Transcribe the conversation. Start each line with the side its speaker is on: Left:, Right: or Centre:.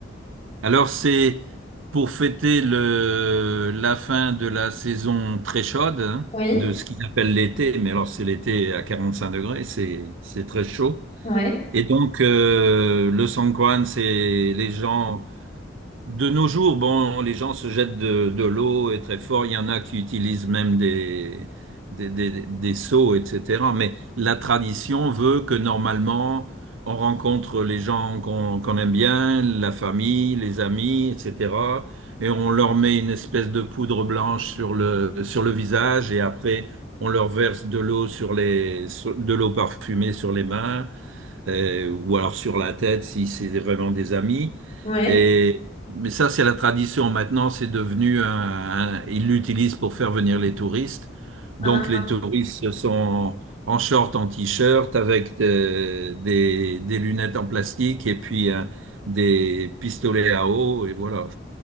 Right: Alors c'est pour fêter le, la fin de la saison très chaude, hein,
Left: Oui,
Right: de ce qu'ils appellent l'été, mais alors c'est l'été à 45 degrés, c'est c'est très chaud.
Left: oui,
Right: Et donc euh, le Songkran, c'est les gens de nos jours, bon, les gens se jettent de, de l'eau et très fort. Il y en a qui utilisent même des, des, des, des seaux, etc. Mais la tradition veut que normalement, on rencontre les gens qu'on qu'on aime bien, la famille, les amis, etc. Et on leur met une espèce de poudre blanche sur le, sur le visage et après, on leur verse de l'eau sur les, sur- de l'eau parfumée sur les mains euh, ou alors sur la tête si c'est vraiment des amis.
Left: oui.
Right: Et, mais ça, c'est la tradition. Maintenant, c'est devenu un, un- ils l'utilisent pour faire venir les touristes. Donc,
Left: Ah,
Right: les touristes sont en short, en t-shirt, avec de- des, des lunettes en plastique et puis euh, des pistolets à eau, et voilà.